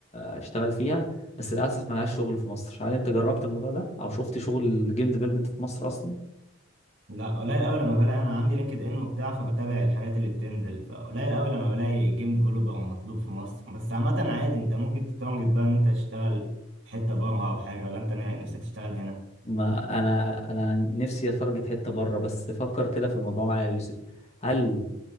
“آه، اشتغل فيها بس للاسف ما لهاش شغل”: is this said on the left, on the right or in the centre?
Left